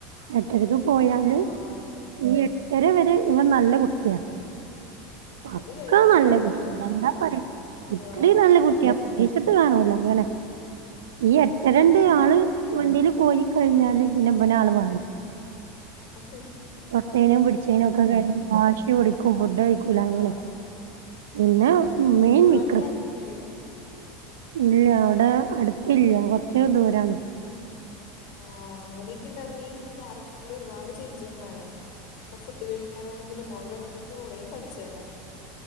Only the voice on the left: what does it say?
ആഹ്
അത് കഴിഞ്ഞാ
തുടങ്ങുവല്ലേ
ആഹ്
ആഹ്
അഹും
ആഹ്
അംഗനവാടിയിലാക്കിയിട്ടില്ലേ
ആഹ് അങ്ങനെയൊക്കെ ഉണ്ടായിരുന്നേങ്ങി ഈ ക്യാരക്ടറിൽ ഒരുപാട് ചേഞ്ച് വന്നേനെ അപ്പോ ഫുഡ് കഴി ക്കാനാണെങ്കിലും അവര് ഒറ്റക്ക് കൊറേം പഠിച്ചേനെ